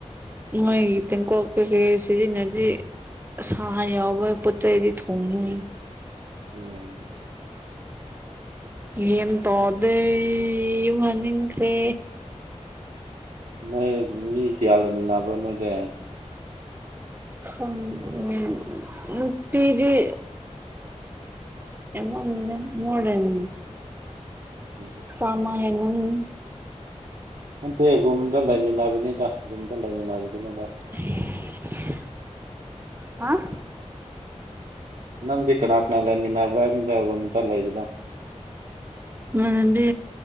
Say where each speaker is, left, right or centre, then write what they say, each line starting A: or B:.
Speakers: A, on the right; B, on the right.
A: ꯃꯣꯏꯒꯤ ꯇꯦꯡꯀꯣꯛ ꯀꯩꯀꯩ ꯁꯤꯖꯤꯟꯅꯗꯤ ꯁꯥ ꯌꯥꯎꯕꯩ ꯄꯣꯠ__ ꯇꯩꯗꯤ ꯊꯣꯡꯅꯨ__ <unintelligible>
B: ꯎꯝ
A: ꯒ꯭ꯌꯦꯟ ꯇꯥꯗꯦ ꯌꯨꯝ ꯍꯟꯅꯤꯡꯈ꯭ꯔꯦ
B: ꯅꯣꯏ ꯑꯗꯨꯗ ꯃꯤ ꯀꯌꯥ ꯂꯩꯃꯤꯟꯅꯕꯔꯥ ꯅꯣꯏꯗꯦ
A: ꯈꯪꯉꯦ ꯅꯨꯄꯤꯗꯤ ꯑꯩꯉꯣꯟꯗ ꯅꯪ ꯃꯣꯔꯡ
B: ꯎꯝ
A: ꯀꯥꯃ ꯍꯥꯏꯕꯅꯤꯅꯦ <unintelligible>
B: <unintelligible> ꯔꯨꯝꯗ ꯂꯩꯃꯤꯟꯅꯥꯕꯅꯤꯗ ꯔꯨꯝꯗ ꯂꯩꯃꯤꯟꯅꯥꯕꯗꯨꯅꯦꯗꯥ
A: <unintelligible> ꯍꯥꯥ
B: ꯅꯪꯗꯤ ꯀꯅꯥꯅꯥ ꯂꯩꯃꯤꯅꯕ꯭ꯔꯥ <unintelligible> ꯔꯨꯝꯗ ꯂꯩꯕꯗꯣ
A: ꯏꯃꯥꯟꯅꯕꯤ